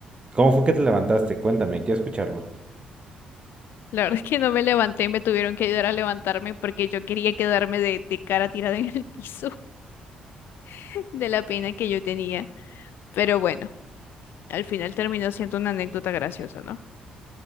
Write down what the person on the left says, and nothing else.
La verdad es que no me levanté, me tuvieron que ayudar a levantarme porque yo quería quedarme de, de cara tirada en el piso <laughs> de la pena que yo tenía. Pero bueno. al final terminó siendo una anécdota graciosa, ¿no?